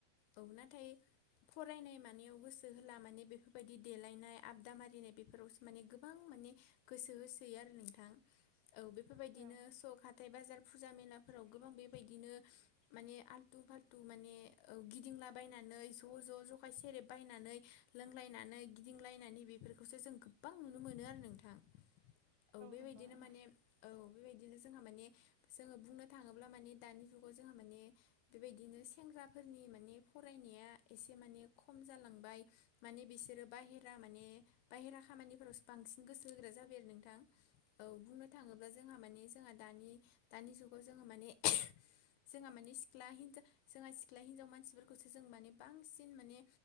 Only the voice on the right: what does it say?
औ
नंगौ नोंथां